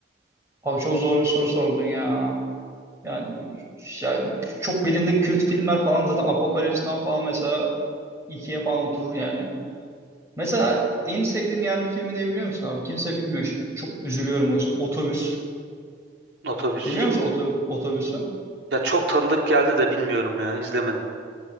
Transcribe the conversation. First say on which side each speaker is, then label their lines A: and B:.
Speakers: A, on the right (about 15°); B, on the right (about 75°).
A: Abi çok zor bir soru sordun ya. Yani ya çok bilindik Kürt filmler falan zaten Apocalypse Now falan mesela ikiye falan oturur yani. Mesela en sevdiğim yerli filmi ne biliyor musun abi? Kimse bilmiyor. Şu- Çok üzülüyorum o yüzden. Otobüs.
B: Otobüs.
A: Biliyor musun
B: on-
A: oto- otobüsü?
B: Ya çok tanıdık geldi de bilmiyorum ya izlemedim.